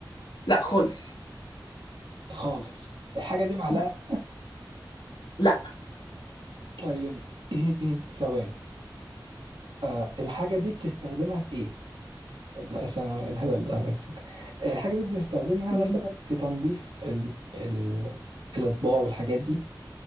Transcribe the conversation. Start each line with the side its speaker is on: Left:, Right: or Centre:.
Left: لا خالص
Right: خالص الحاجة دي معلقة
Left: لا لا
Right: طيب <clears throat> ثواني آه الحاجة دي بتستخدمها في ايه؟ لا سلام الهبل ده ماشي استنى. الحاجة دي بنستخدمها
Left: مم.
Right: مثلا في تنظيف ال... ال... الأطباق والحاجات دي